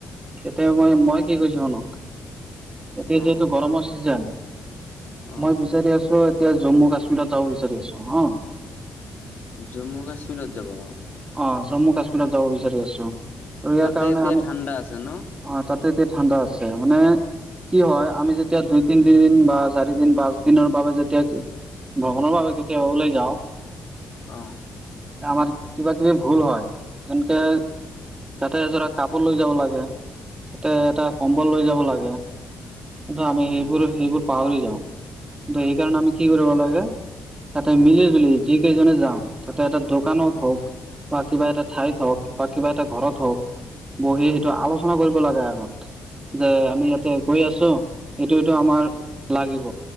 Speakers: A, on the right; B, on the left.
A: এতিয়া মই মই কি কৈছো শুনক। এতিয়া
B: অ
A: যিহেতু গৰমৰ ছিজন,
B: অ
A: মই বিচাৰি আছো এতিয়া জম্মু কাশ্মীৰত যাব বিচাৰি আছো হ'।
B: জম্মু কাশ্মীৰত যাব অ'।
A: অ' জম্মু কাশ্মীৰত যাব বিচাৰি আছো, আৰু ইয়াৰ
B: তাতে
A: কাৰণে
B: এতিয়া
A: আমি
B: ঠাণ্ডা
A: অ'
B: আছে ন
A: তাতে এতিয়া ঠাণ্ডা আছে। মানে কি হয়, আমি যেতিয়া দুই তিন দিন বা চাৰি দিন পাঁচ দিনৰ বাবে যেতিয়া ভ্ৰমণৰ বাবে কেতিয়াবা ওলাইযাওঁ।
B: অ'।
A: আমাৰ কিবা কিবি ভুল হয়, যেনকে তাতে এযৰা কাপোৰ লৈ যাব লাগে। তাতে এটা কম্বল লৈ যাব লাগে, কিন্তু আমি সেইবোৰ
B: অ
A: সেইবোৰ পাহৰি যাওঁ। কিন্তু সেইকাৰণে আমি কি কৰিব লাগে, তাতে মিলি জুলি যিকেইজনে যাওঁ, তাতে এটা দোকানত হওঁক বা কিবা এটা ঠাইত হওঁক বা কিবা এটা ঘৰত হওঁক বহি সেইটো আলোচনা কৰিব লাগে আগত। যে আমি ইয়াতে গৈ আছো এইটো এইটো আমাৰ লাগিব।